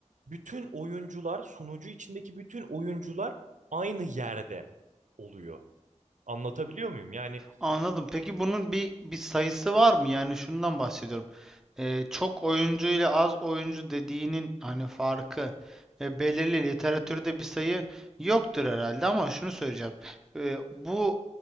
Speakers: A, on the right; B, in the centre.
A: bütün oyuncular sunucu içindeki bütün oyuncular aynı yerde oluyor. Anlatabiliyor muyum? Yani
B: Anladım. Peki bunun bir bir sayısı var mı? Yani şundan bahsediyorum. Ee, çok oyuncu ile az oyuncu dediğinin hani farkı e, belirli literatürde bir sayı yoktur herhalde ama şunu söyleyeceğim. Ee, bu